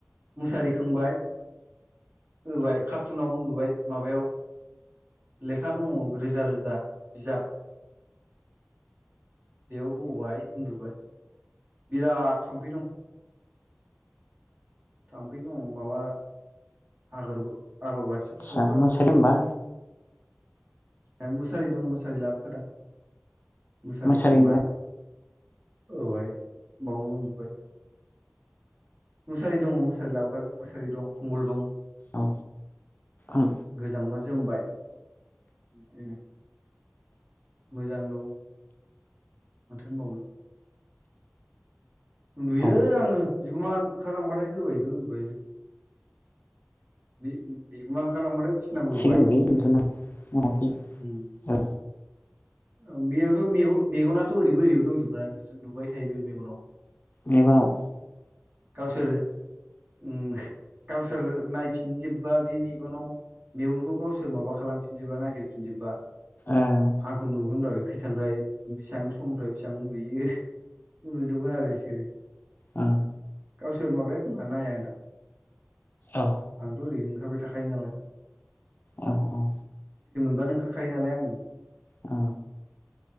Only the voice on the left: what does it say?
आदसा
मोसारि
होमबा
मोसारि
गैया
औ उ
औ
थिगलै बिदिनो मथा मथि
औ
मेगनाव
ओं
ओ
औ
औ औ
आ